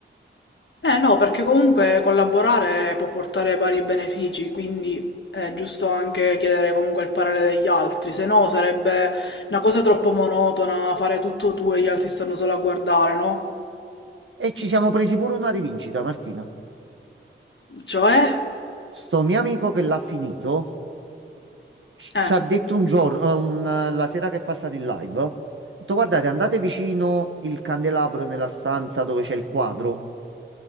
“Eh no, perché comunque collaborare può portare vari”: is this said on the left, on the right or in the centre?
Left